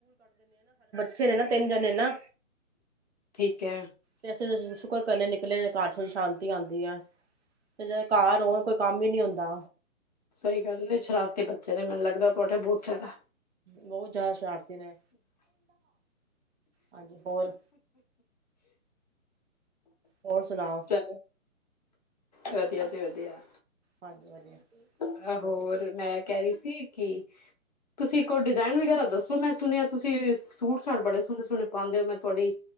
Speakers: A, on the right (about 50°); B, on the left (about 30°).
A: ਫਿਰ ਐਦੇ ਪੇਦੇ ਨੇ ਨਾਂ,
B: ਠੀਕ ਹੈ
A: ਪੈਸੇ ਵੈਸੇ <unintelligible> ਕੁਰ ਕਰਨੇ ਨਿਕਲੇ ਨੇ ਘਰ ਚ ਸ਼ਾਂਤੀ ਆਦੀ ਐ। ਤੇ ਜੇ ਘਰ ਹੋਣ ਕੋਈ ਕੰਮ ਹੀ ਨੀ ਹੁੰਦਾ।
B: ਸਹੀ ਗੱਲ ਐ, ਸ਼ਰਾਰਤੀ ਬੱਚੇ ਨੇ ਮੈਨੂੰ ਲੱਗਦਾ, ਤੁਹਾਡੇ ਬਹੁਤ ਜ਼ਿਆਦਾ
A: ਬਹੁਤ ਜ਼ਿਆਦਾ ਸ਼ਰਾਰਤੀ ਨੇ ਹਾਂਜੀ ਹੋਰ, ਹੋਰ ਸੁਣਾਓ।
B: ਚਲੋ ਵਧੀਆ ਜੀ ਵਧੀਆ,
A: ਹਾਂਜੀ ਵਧੀਆ,
B: ਆਹ ਹੋਰ
A: ਵਧੀਆ
B: ਮੈਂ, ਕਹਿ ਰਹੀ ਸੀ, ਕਿ ਤੁਸੀਂ ਕੋਈ ਡਿਜਾਇਨ ਵਗੈਰਾ ਦੱਸੋ ਮੈਂ ਸੁਣਿਆ ਤੁਸੀ ਸੂਟ ਸਾਟ ਬੜੇ ਸੋਹਣੇ-ਸੋਹਣੇ ਪਾਦੇ ਔ ਮੈਂ ਤੁਹਾਡੀ